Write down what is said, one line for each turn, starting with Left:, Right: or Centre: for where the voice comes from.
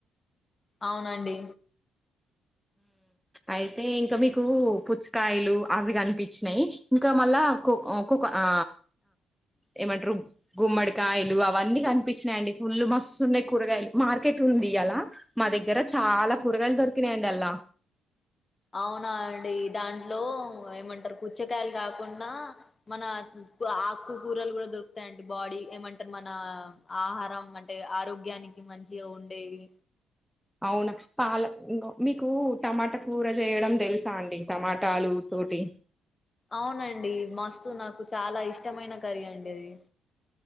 Left: అవునండి
Centre: అయితే ఇంకా మీకు పుచ్చకాయలు అవి కనిపించినాయి ఇంకా మళ్ళా ఒక్కొక్క ఆ ఏమంటారు గుమ్మడికాయలు అవన్నీ కనిపించినాయిండి ఫుల్లు మస్తు ఉన్నాయి కూరగాయలు మార్కెట్ ఉంది అలా మా దగ్గర దగ్గ చాలా
Left: ఉమ్,
Centre: కూరగాలు దొరికినాయండి లా
Left: అవునా అండి దాంట్లో ఏమంటారు పచ్చకాయలు కాకుండా మన ప్పు కూరలు కూడా దొరుకుతాయడి బాడీ ఏమంటారు మన ఆహారం అంటే ఆరోగ్యానికి మంచిగా ఉండేవి
Centre: అవునా పాల మీకు టమాటా కూర చేయడం తెలుసా అండి టమాటాలు తోటి
Left: అవునండి మస్తు నాకు చాలా ఇష్టమైన కర్రీ అండి అదే